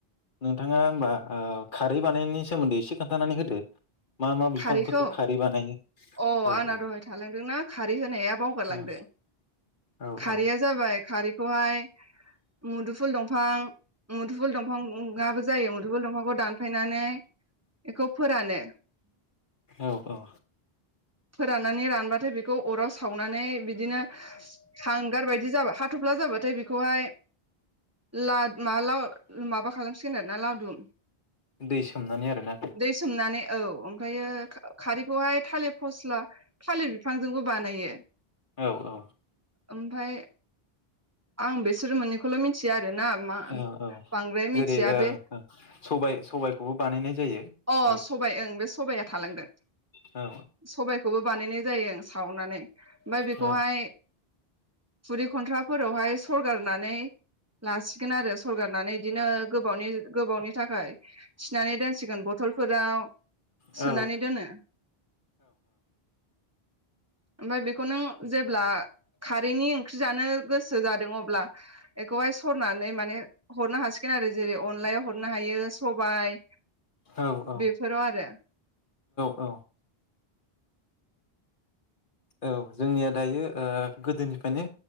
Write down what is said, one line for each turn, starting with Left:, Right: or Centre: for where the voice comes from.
Left: नोंथाङा होमबा खारै बानायनायनि सोमोन्दै एसे खोन्थानानै होदो? मा मा बिफांफोरखौ
Right: खारैखौ
Left: खारै बानायो
Right: अ
Left: औ
Right: आंना दहाय थालांदोंना खारै होनाया बावगारलांदों
Left: औ औ
Right: खारैया जाबाय खारैखौहाय मुदुफुल दंफां मुदुफुल दंफां दंफांआ बो जायो मदुफुल दंफांखौ दानफायनानै बेखौ फोरानो
Left: औ औ
Right: फोराननानै रानबाथाय बेखौ अराव सावनानै बिदिनो हांगार बायदि जाबा हाथफ्ला जाबाथाय बेखौहाय- लाद माला माबा खालामसिगोन आरोना लावदुम
Left: दै सोमनानै आरोना
Right: दै सोमनानै औ ओमफ्रायो खा खारैखौहाय थालिर फस्ला फालिर बिफांजोंबो बानायो।
Left: औ औ।
Right: ओमफ्राय आं बिसोर मोननैखौल' मिथिया आरोना मा
Left: औ औ
Right: बांद्राय मिथिया
Left: जेरै ओ
Right: बे
Left: ओ सबाय सबायखौबो बानायनाय जायो
Right: अ
Left: औ
Right: सबाय ओं बे सबाया थालांदों
Left: औ
Right: सबायखौबो बानायनाय जायो ओं सावनानै ओमफ्राय बेखौहाय
Left: औ
Right: खुरि खन्थ्राफोरावहाय सरगारनानै लासिगोन आरो सरगारनानै इदिनो गोबावनि गोबावनि थाखाय थिनानै दोनसिगोन ब फोराव
Left: औ
Right: सोनानै दोनो। ओमफ्राय बेखौ नों जेब्ला खारैनि ओंख्रि जानो गोसो जादों अब्ला बेखौहाय सरनानै माने हरनो हासिगोन आरो जेरै अनलायाव हर हरनो हायो सबाय
Left: औ औ
Right: बेफोराव आरो
Left: औ औ औ जोंनिया दायो ओ गोदोनिफ्रायनो